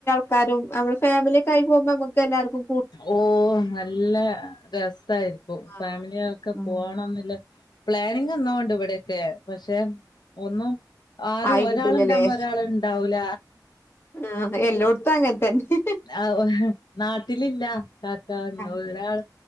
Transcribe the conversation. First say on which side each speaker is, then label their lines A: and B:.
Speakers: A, on the left; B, on the left.
A: ക്കാരും നമ്മള് ഫാമിലൊക്ക ആയി പൊമ്പോ നമക്ക് എല്ലാർക്കും
B: ഓ നല്ല രസാര്ക്കും
A: ആഹ്
B: ഫാമിലിഒക്കെ
A: ഉം
B: പോണംന്നില്ല പ്ലാനിങ് എന്നോണ്ട് ഇവടെക്കെ പക്ഷെ ഒന്നും ആരും
A: ആയി
B: ഒരാള്
A: കിട്ടൂലല്ലേ
B: ണ്ടാമ്പോ ഒരാള്ണ്ടാവൂല
A: ആഹ് എല്ലോട്ത്തും അങ്ങൻ തന്നെ
B: ആഹ് നാട്ടിലില്ല കാക്ക
A: ആഹ്
B: ഒരാൾ